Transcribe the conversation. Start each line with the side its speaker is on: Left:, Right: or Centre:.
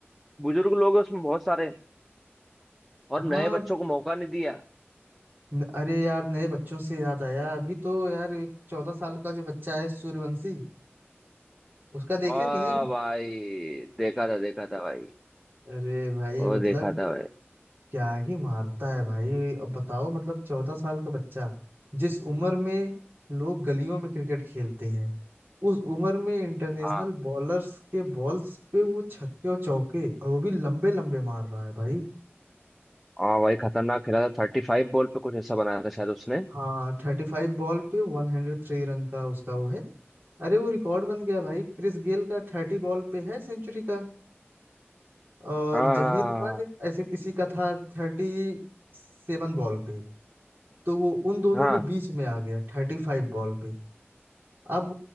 Centre: बुजुर्ग लोग हैं उसमें बहुत सारे और नए
Right: हाँ
Centre: बच्चों को मौका नहीं दिया
Right: न- अरे यार नए बच्चों से याद आया अभी तो यार एक चौदह साल का जो बच्चा है सूर्यवंशी उसका देखे
Centre: आ
Right: कि नहीं
Centre: भाई देखा था देखा था भाई
Right: अरे भाई
Centre: वो
Right: मतलब
Centre: देखा था भाई
Right: क्या ही मारता है भाई अब बताओ मतलब चौदह साल का बच्चा जिस उम्र में लोग गलियों में क्रिकेट खेलते हैं उस उम्र में इंटरनेशनल
Centre: हाँ
Right: बॉलर्स के बॉल्स पे वो छक्के और चौके और वो भी लंबे लंबे मार रहा है भाई
Centre: हाँ भाई खतरनाक खेला था थर्टी फाइव बॉल पे कुछ ऐसा बनाया था शायद उसने
Right: हाँ थर्टी फाइव बॉल पे वन हंड्रेड थ्री रन का उसका वो है अरे वो रिकॉर्ड बन गया भाई क्रिस गेल का थर्टी बॉल पे है सेंचुरी का और
Centre: हाँ
Right: जहीर खान एक ऐसे किसी का था थर्टी सेवन बॉल पे तो वो उन दोनों
Centre: हाँ
Right: के बीच में आ गया थर्टी फाइव बॉल पे अब